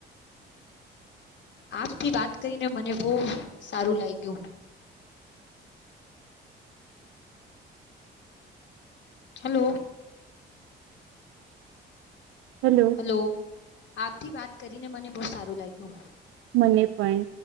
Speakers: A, on the left (about 65°); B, on the right (about 80°).
A: આપ થી વાત કરીને મને બો સારું લાગ્યું. હલો.
B: હલો.
A: હલો. આપથી વાત કરીને મને બો સારું લાગ્યું.
B: મને પણ